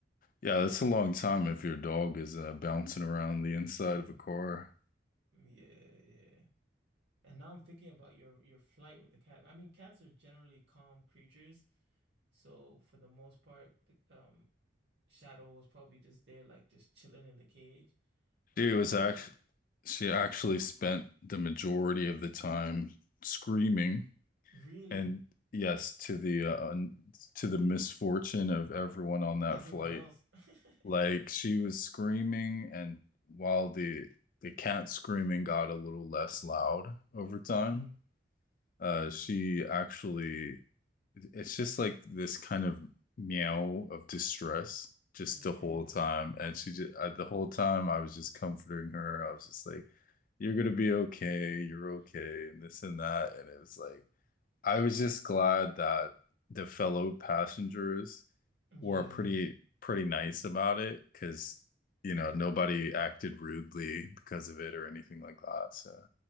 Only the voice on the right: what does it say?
Mhm.
Yeah, yeah. And now I'm thinking about your your flight with the cat. I mean, cats are generally calm creatures, so for the most part, the, um, Shadow was probably just there, like just chilling in the cage. But
that's
a l-
really
everyone
else. <laughs>
Mm,
yeah,
yeah,
<laughs>
yeah.